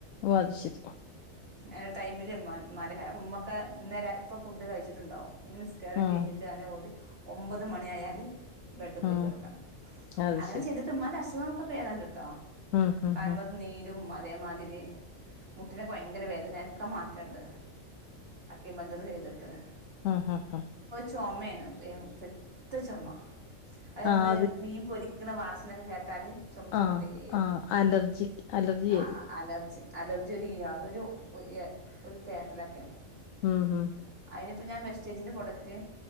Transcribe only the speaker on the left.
ഓ അത് ശരി
ആഹ്
ആഹ്
അത്
ശരി
ഉം ഉം
ഉം
ആ ഹാ ഹാ
ആഹ്
ആഹ്
ആ
ആ
അലർജിക്ക്‌ അലർജി
ആയിരിക്കും
ഉം ഹും